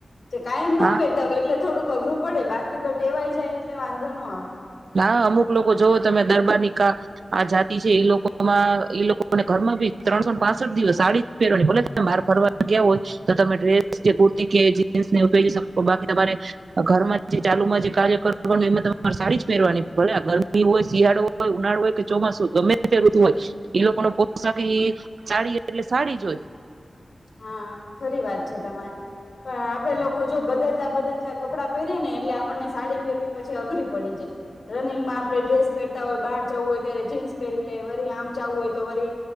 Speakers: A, on the left; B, on the right.
A: છે કાયમ ના
B: હા
A: પેરતા હોય એટલે થોડુંક અઘરું પડે બાકી તો ટેવાઈ જાય એટલે વાંધો ન આવે
B: હા અમુક લોકો જોવ તમે દરબાર ની કા આ જાતિ છે એ લોકો માં એ લોકોને ઘરમાં ભી ત્રણસો પાસઠ દિવસ સાડી પહેરવાની ભલે તમે બાર ફરવા ગયા હો તો તમે ડ્રેસ જે કુર્તી કે ને ઉપયોગી તો બાકી તમારે ઘરમાં ચાલુમાં જે કાર્ય કરવાનું એમાં તમારે સારી પેરવાની ભલે ગરમી હોય શિયાળો હોય ઉનાળો હોય કે ચોમાસું હોય ગમે તે ઋતું હોય એ લોકોનો પોષાક એ સાડી એટલે સાડી જ હોય
A: હા ખરી વાત છે તમારી પણ આપડે લોકો જો બદલતા બદલતા કપડાં પહેરે ને એટલે આપણને સાડી પહેરવી પછી અઘરી પડી જાય રનિંગમાં આપણે ડ્રેસ પહેરતા હોય બહાર જવું હોય ત્યારે જીન્સ પહેરી લે વરી આમ જવું હોય તો વરી